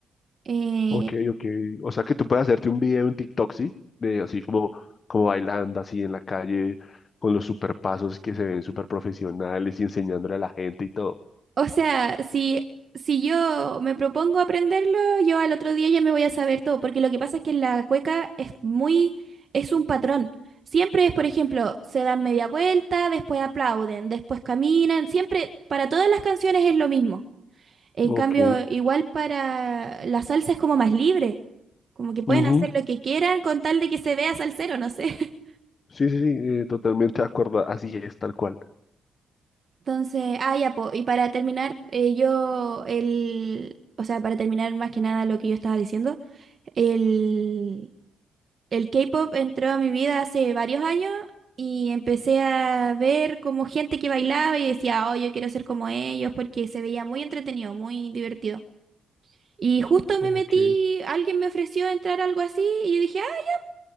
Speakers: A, on the right; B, on the left.
A: Eh,
B: Ok, ok. O sea que tú puedes hacerte un video en TikTok, ¿sí? De así como, como bailando así en la calle, con los super pasos que se ven súper profesionales y enseñándole a la gente y todo.
A: O sea, si, si yo me propongo aprenderlo, yo al otro día ya me voy a saber todo, porque lo que pasa es que la cueca es muy, es un patrón. Siempre es, por ejemplo, se dan media vuelta, después aplauden, después caminan, siempre, para todas las canciones es lo mismo. En
B: Ok.
A: cambio, igual para la salsa es como más libre, como que pueden
B: Ujú.
A: hacer lo que quieran con tal de que se vea salsero, no sé. <laughs>
B: Sí, sí, sí, eh, totalmente de acuerdo. Así es, tal cual.
A: Entonces, ah, ya, po, y para terminar, eh, yo, el, o sea, para terminar más que nada lo que yo estaba diciendo. El, el K-pop entró a mi vida hace varios años y empecé a ver como gente que bailaba y decía, oh, yo quiero ser como ellos porque se veía muy entretenido, muy divertido. Y justo
B: Ok,
A: me metí, alguien me ofreció entrar a algo así y yo dije, ah,